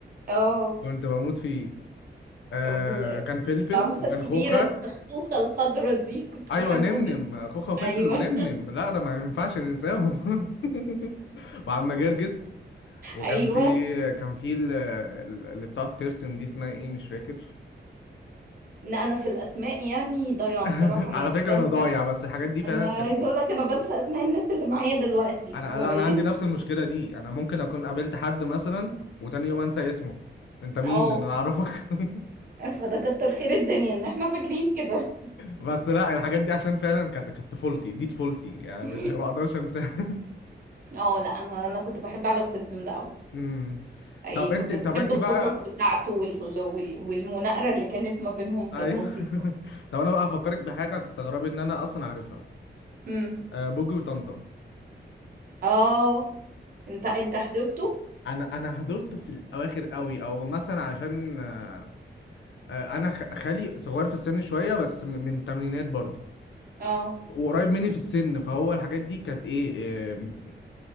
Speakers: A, on the right (about 50°); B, on the left (about 85°).
A: اه
B: كنت بموت فيه آه
A: بال-
B: كان فلفل
A: العروسة
B: وكان
A: الكبيرة
B: خوخة
A: التختوخة الخضرة دي كنت
B: ايوه
A: بحبه
B: نمنم
A: جدا
B: خوخة وفلفل
A: ايوه
B: ونمنم لا ده ما ينفعش ننساهم <laughs> وعم جرجس وكان
A: ايوه
B: في كان في ال- ال- اللي بتقعد ترسم دي اسمها ايه مش فاكر
A: لا انا في الاسماء يعني ضايعة
B: <laughs>
A: بصراحة
B: على
A: يعني
B: فكرة
A: بنسى
B: انا ضايع بس الحاجات دي فعلا
A: انا عايزة
B: كانت
A: اقول لك انا بنسى اسماء الناس اللي معايا دلوقتي
B: انا
A: فيعني
B: لا انا عندي نفس المشكلة دي انا ممكن اكون قابلت حد مثلا وتاني يوم انسى اسمه انت مين
A: اه
B: إن انا اعرفك <laughs>
A: فده كتر خير الدنيا ان احنا فاكرين كده
B: بس لا الحاجات دي عشان فعلا كانت كانت طفولتي دي طفولتي يعني
A: <laughs>
B: مش ما اقدرش انساها
A: اه لا انا انا كنت بحب عالم سمسم ده قوي
B: <laughs> أمم.
A: اي
B: طب
A: كنت
B: انت طب
A: بحب
B: انت
A: القصص
B: بقى
A: بتاعته وال... وال... والمناقره اللي كانت ما بينهم كانت
B: ايوه
A: لطيفه
B: <laughs> طب انا بقى هفكرك بحاجه هتستغربي ان انا اصلا عارفها
A: امم
B: أه بوجي وطمطم
A: اه انت
B: ع-
A: انت حضرته
B: انا انا حضرته في الاواخر قوي او مثلا عشان أه آه، انا خ- خالي صغير في السن شويه بس م- من التمانينات برضو
A: اه
B: ف- وقريب مني في السن فهو الحاجات دي كانت ايه آه،